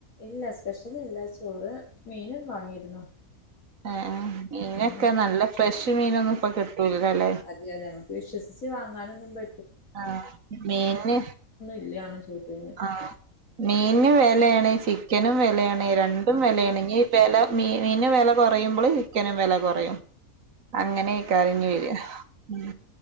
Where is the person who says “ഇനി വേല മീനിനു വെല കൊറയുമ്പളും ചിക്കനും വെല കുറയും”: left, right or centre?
Right